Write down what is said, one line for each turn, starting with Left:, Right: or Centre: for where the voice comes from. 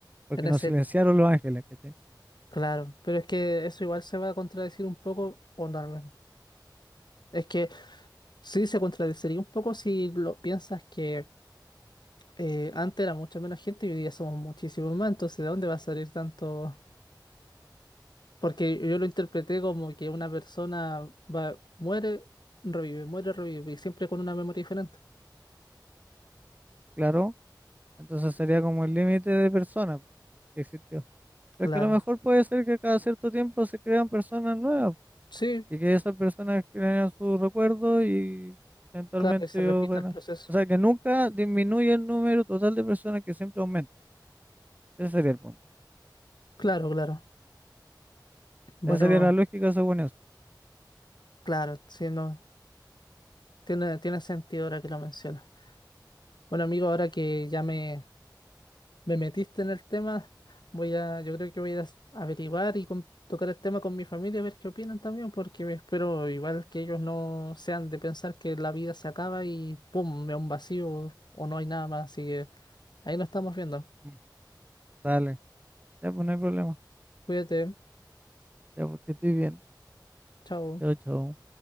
Right: porque
Left: en ese,
Right: nos silenciaron los ángeles, ¿cachai?
Left: claro. Pero es que eso igual se va a contradecir un poco, o no, no. Es que sí se contradeciría un poco si lo piensas que. eh, antes era mucha menos gente y hoy día somos muchísimos más, entonces ¿de dónde va a salir tanto? Porque yo lo interpreté como que una persona va, muere, revive, muere, revive, y siempre con una memoria diferente.
Right: Claro, entonces sería como el límite de personas que existió. Pero
Left: Claro,
Right: que a lo mejor puede ser que cada cierto tiempo se crean personas nuevas,
Left: sí,
Right: y que esas personas creen sus recuerdos y eventualmente
Left: claro, y se repite
Right: yo renazco.
Left: el proceso.
Right: O sea, que nunca disminuye el número total de personas que siempre aumenta. Ese sería el punto.
Left: Claro, claro. Bueno,
Right: Esa sería la lógica según eso.
Left: claro, sí, no, tiene, tiene sentido ahora que lo mencionas. Bueno, amigo, ahora que ya me, me metiste en el tema. Voy a, yo creo que voy a s- averiguar y con- tocar el tema con mi familia, a ver qué opinan también, porque me espero igual que ellos no sean de pensar que la vida se acaba y pum, me da un vacío o no hay nada más. Así que ahí lo estamos viendo.
Right: Mm. Dale, ya pues no hay problema.
Left: Cuídate,
Right: Ya porque estoy bien.
Left: chao.
Right: Chao, chao.